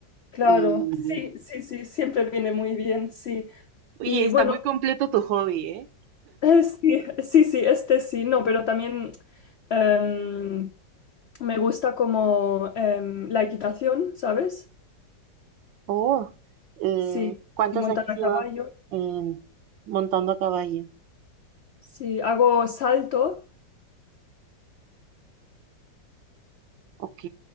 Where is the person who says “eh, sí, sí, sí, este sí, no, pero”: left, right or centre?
Left